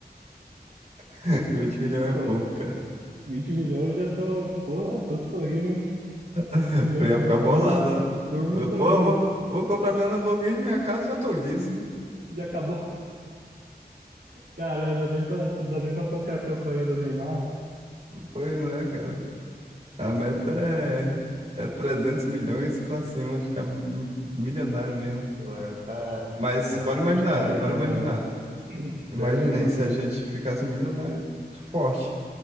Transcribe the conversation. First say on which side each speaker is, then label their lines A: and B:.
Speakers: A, on the right; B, on the right.
A: <laughs> vinte milhões é
B: Pô,
A: pouco, cara.
B: 20 milhões eu já tô, porra, tô sorrindo.
A: <laughs>
B: Eu nem
A: Eu ia
B: du-
A: ficar bolado,
B: durmo, durmo
A: ó. Eu,
B: sorrindo.
A: pô, eu vou, vou comprar minha Lamborghini, minha casa já tô liso.
B: Já acabou. Caralho, dá nem pra, dá nem pra tocar a campanha do Neymar.
A: Pois não é, cara. A meta é, é 300 milhões pra cima, ficar m- milionário mesmo.
B: Pô, é, tá,
A: Mas
B: tá
A: bora imaginar,
B: sério
A: bora imaginar.
B: mesmo. <clears throat>
A: Imaginei
B: Sério mesmo.
A: se a gente ficasse milionário forte.